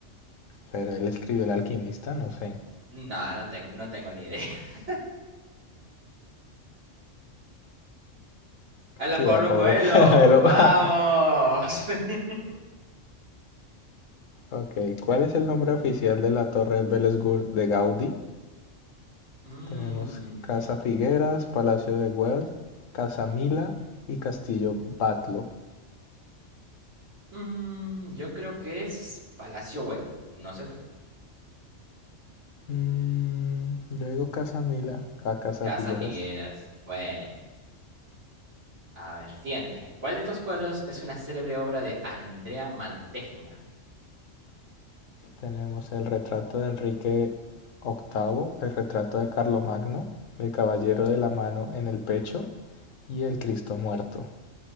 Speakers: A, on the left; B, on the right.
A: Pero él escribió El Alquimista, no sé.
B: No, no, ten- no tengo ni idea. <laughs> ¡Hola,
A: Sí,
B: Paulo
A: era Paulo
B: Coelho!
A: <laughs> Coelho.
B: ¡Vamos!
A: <laughs>
B: <laughs>
A: Ok, ¿cuál es el nombre oficial de la Torre Bellesgur de Gaudí?
B: Mm,
A: Tenemos Casa Figueras, Palacio de Güell, Casa Mila y Castillo Batlo.
B: mm, yo creo que es Palacio Güell. No sé tú.
A: Mm, yo digo Casa Mila a Casa
B: Casa
A: Figueras.
B: Figueras. Bueno, a ver, siguiente. ¿Cuál de estos cuadros es una célebre obra de Andrea Mantegna?
A: Tenemos el retrato de Enrique octavo el retrato de Carlomagno, el Caballero de la Mano en el Pecho y el Cristo Muerto.